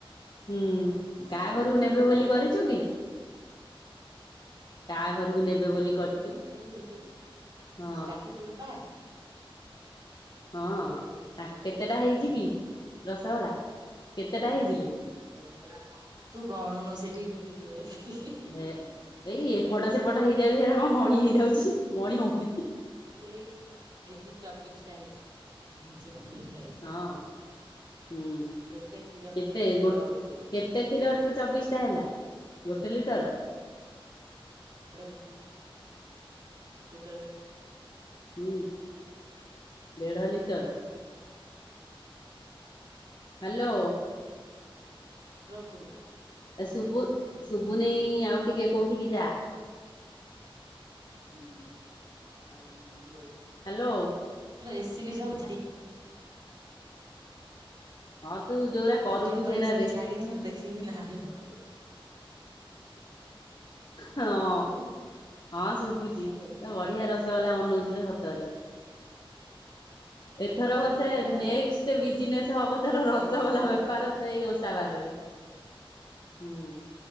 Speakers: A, on the left (about 50°); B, on the right (about 50°).
A: ହୁଁ କାହା
B: ଆଉ
A: ଘରକୁ ନେବେ
B: ଦୋକାନ
A: ବୋଲି କରିଛୁ
B: ଜିନିଷ
A: କି? କାହା ଘରକୁ ନେବେ ବୋଲି <unintelligible>
B: କୁ ଯିବି
A: ହଁ
B: ରାତି ପୂରୁ ପା।
A: ହଁ
B: ସେଇଆକୁ
A: ତା
B: ଇଏ କରିଛି
A: କେତେଟା ହେଇଛି କି
B: ହଁ
A: ରସଗୋଲା କେତେଟା
B: ତମକୁ
A: ହେଇଚି?
B: ତ ରସଗୋଲା ତୁ ଗଣୁନୁ ସେଠି ଭିଡିଓ ରେ ଦେଖିକି।
A: ହେ
B: କେତେଟା
A: ଏଇ ଏପଟ
B: ହେଇଛି
A: ସେପଟ ହେଇଯାଉଛି ହେରା କଣ ଗଣି ହେଇଯାଉଛି ଗଣ ହଉନି।
B: ସେଇ ହେଇଛି ଚବିଶଟା ହେଇଛି ଚବିଶଟା ହେଇଛି।
A: ହଁ। ହୁଁ
B: କେତେ କ୍ଷୀର
A: କେତେ
B: ଲିଟର
A: ଗୋ
B: ଉପରେ
A: କେତେ କ୍ଷୀର ଚବିଶ ଟା ହେଲା
B: ହେବ
A: ଗୋଟେ ଲିଟର?
B: <unintelligible> <unintelligible>
A: ହୁଁ,
B: <inaudible>
A: ଦେଢ଼ ଲିଟର, ହାଲୋ,
B: ଡ୍ର ଉପୁରୁ,
A: ଏ ଶୁବୁ, ଶୁଭୁନେଇ ଆଉ ଟିକେ କୋଉଠିକି ଯା।
B: ହୁଁ, ଆଉ ସେଇଆଉ।
A: ହାଲୋ,
B: ରେସିପି ସବୁ ଛାଡି।
A: ହଁ ତୁ
B: ମୁୁଏଇନେ
A: ଯୋଉରା
B: ଏଥର
A: କରୁଛୁ
B: ଭିଡିଓ କରିକି
A: ସେରା
B: ସବୁ
A: ରେସିପି
B: ଛାଡିବି, ତେ ଦେଖିକି ନାଳେଇବ।
A: ହଁ
B: ଶୁଭୁନି
A: ହଁ ଶୁଭୁଛି।
B: ହ୍ୟାଲୋ
A: ତ ବଢିଆ ରସଗୋଲା ବନଉଥିଲୁ ସତରେ। ଏଥର
B: କରି ଛାଡିବି
A: ବୋଧେ
B: ନାଳ
A: ନେକ୍ସଟ ବିଜନେସ ହବ ଏଥର ରସଗୋଲା
B: ହେଇଯିବ ଭଲ
A: ବେପାର
B: ଏଇଥରିକ
A: ତ ଏଇ ଓଷା ବାରରେ। ହୁଁ,